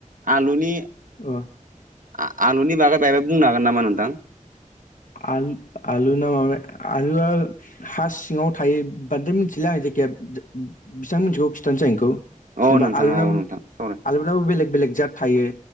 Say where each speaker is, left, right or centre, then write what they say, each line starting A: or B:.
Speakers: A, on the right (about 80°); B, on the left (about 75°).
A: आलुनि
B: ओ।
A: आ-आलुनि बागै बायबा बुंनो हागोन नामा नोंथां?
B: आल आलु ना माबा आलुआ हा सिङाव थायो बांद्राय मिथिला आं जायखिजाया बेसिबां मिथिगौ खिथानोसै आं एखौ। जेनेबा
A: औ नोंथां
B: आलुनाबो
A: औ नोंथां सावराय
B: आलुनाबो बेलेग बेलेग जात थायो